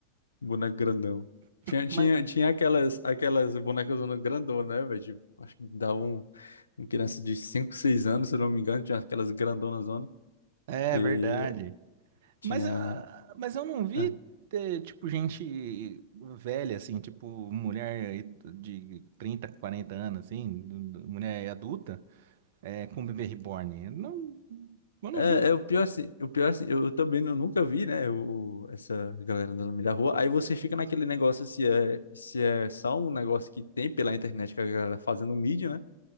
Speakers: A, on the left; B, on the right.
A: Boneco grandão. Tinha, tinha,
B: Mas
A: tinha aquelas, aquelas bonecas grandonas, né, velho? Tipo, acho que davam um, um criança de 5 6 anos, se eu não me engano, tinha aquelas grandonas zona
B: é
A: que
B: verdade.
A: tinha.
B: Mas, ah, mas eu não vi,
A: ah,
B: eh, tipo, gente velha, assim, tipo, mulher de 30, 40 anos, assim, do- do- mulher adulta, eh, com bebê reborn. Não, eu não
A: É,
B: vi.
A: é o pior assim, o pior assim, eu, eu também não, nunca vi, né, o, essa galera andando no meio da rua. Aí você fica naquele negócio se é, se é só um negócio que tem pela internet que a galera fazendo mídia, né?